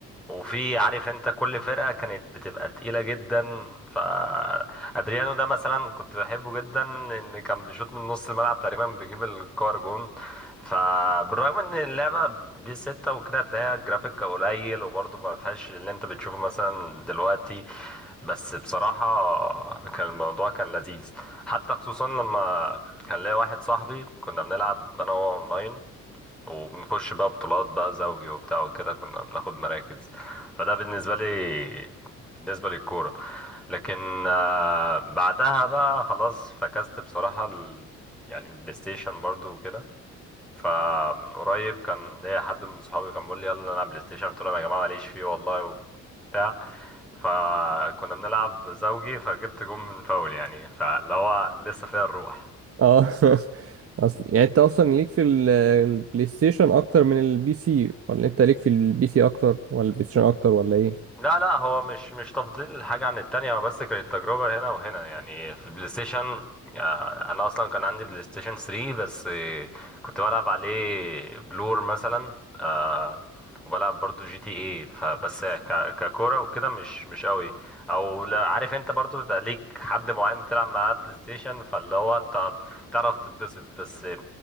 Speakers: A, in the centre; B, on the right.
A: وفي عارف انت كل فرقة كانت بتبقى تقيلة جدا فادريانو ده مثلا كنت بحبه جدا لان كان بيشوط من نص الملعب تقريبا بيجيب الكور جون فبالرغم ان اللعبة بي 6 وكده هتلاقيها جرافيك قليل وبرضه ما فيهاش اللي انت بتشوفه مثلا دلوقتي بس بصراحة كان الموضوع كان لذيذ حتى خصوصا لما كان ليا واحد صاحبي كنا بنلعب أنا وهو أونلاين وبنخش بقى بطولات بقى زوجي وبتاع وكده كنا بناخد مراكز فده بالنسبة لي بالنسبة للكورة لكن آه، بعدها بقى خلاص فكست بصراحة ال... يعني البلاي ستيشن برضو وكده فمن قريب كان ليا حد من صحابي كان بيقول لي يلا نلعب بلاي ستيشن قلت لهم يا جماعه ماليش فيه والله وبتاع فكنا بنلعب زوجي فجبت جون من فاول يعني فاللي هو لسه فيها الروح
B: أه <laughs> أصل يعني أنت أصلا ليك في ال- البلاي ستيشن أكتر من البي سي ولا أنت ليك في البي سي أكتر ولا البلاي ستيشن أكتر ولا إيه؟
A: لا لا هو مش مش تفضيل حاجة عن التانية هو بس كانت تجربة هنا وهنا يعني في البلاي ستيشن آه، أنا أصلا كان عندي بلاي ستيشن 3 بس آه، كنت بلعب عليه بلور مثلا آه، وبلعب برضو جي تي اي فبس ك- ككورة وكده مش مش قوي أو لا عارف أنت برضو بيبقى ليك حد معين بتلعب معاه بلاي ستيشن فاللي هو أنت بتعرف تتبسط بس آه،